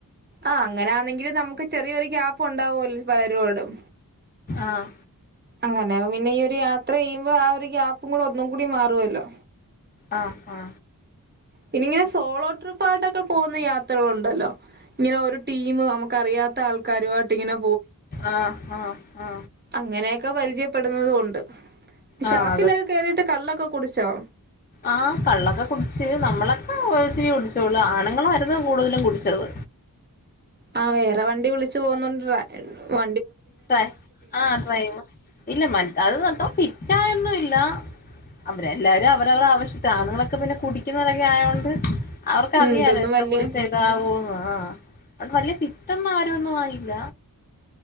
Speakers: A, on the right; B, on the left.
A: ആ അങ്ങനാന്നങ്കിലും നമുക്ക് ചെറിയൊരു ക്യാപ്പു ണ്ടാവുഅല്ലോ പലരോടും
B: ആഹ്
A: അങ്ങനെ പിന്നെ ഈ ഒരു യാത്ര ത്ര യ്യുമ്പോ ആ ഒരു ക്യാപ്പും കൂടെ ഒന്നും കൂടി മാറുവല്ലോ
B: ആ ആ
A: പിന്നിങ്ങനെ സോളോ ട്രിപ്പായിട്ടൊക്കെ പോവുന്ന യാത്രകളുണ്ടല്ലോ ഇങ്ങനെ ഒരു ടീം നമുക്കറിയാത്ത ആൾക്കാരു ആയിട്ടിങ്ങനെ
B: ആ ആ ആ
A: അങ്ങനെയെക്കെ പരിചയപ്പെടുന്നതുണ്ട് ഷാപ്പിലൊക്കെ
B: ആഹ്
A: കേറിട്ട് കള്ളൊക്കെ കുടിച്ചോ
B: ആ കള്ളൊക്കെ കുടിച്ച് നമ്മളൊക്കെച്ചിരി കുടിച്ചോള്ളൂ ആണ്ങ്ങളായിരുന്നു കൂടുതലും കുടിച്ചത്
A: ആ വേറെ വണ്ടി വിളിച്ചു പോവുന്നുണ്ട്ര വ
B: ഡ്ര ആ ഡ്രൈവർ ഇല്ല മറ്റ അത് <unintelligible> ടൈം നുല്ല അവരെ എല്ലാരും അവരവരുടെ ആവശ്യത്ത് ആണുങ്ങളൊക്കെ പിന്നെ കുടിക്കുന്നവരൊക്കെ ആയോണ്ട് അവർക്കറിയാലോ
A: ഉം ഇതൊന്നും
B: എത്ര
A: വല്യ
B: കുടി ചെയ്താവൂന്ന് ആ വല്യ ഫീറ്റൊന്നും ആരൊന്ന്വായില